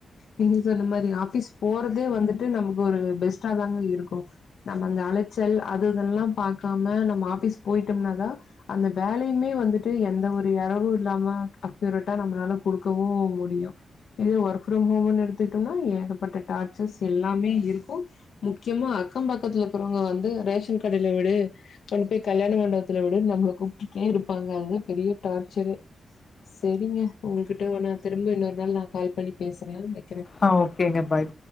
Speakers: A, on the left; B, on the left.
A: நீங்க சொன்ன மாரி ஆபிஸ் போறதே வந்துட் டு நமக்கு ஒரு பெஸ்டா தாங்க இருக்கும் நம்ம அந்த அலச்சல் அது இதல்லாம் பாக்காம நம்ம ஆபீஸ் போயிட்டோம்னாதா அந்த வேலயுமே வந்துட்டு எந்த ஒரு எரரும் இல்லாம அக்யூரட்டா நம்மளால குடுக் கவு முடியும் இது ஒர்க் ப்ரம் ஹோம் எடுத்துட்டோம்னா ஏகப்பட்ட டார்ச்சல்ஸ் எல்லாமே இருக்கு முக்கியமா அக்கம் பக்கத்துல இருக்கிறவங்க வந்து ரேஷன் கடேல விடு கொண்டு போய் கல்யாண மண்டபத்துல விடு நம்மள கூப்பிட்டுட்டே இருப்பாங்க அங்க பெரிய டார்ச்சரு செரிங்க உங்களுக் <unintelligible> நா திரும்ப இன்னொரு நாள் நா கால் பண்ணி பேசுறே வக்
B: ஆஹ் ஓகேங்க பாய்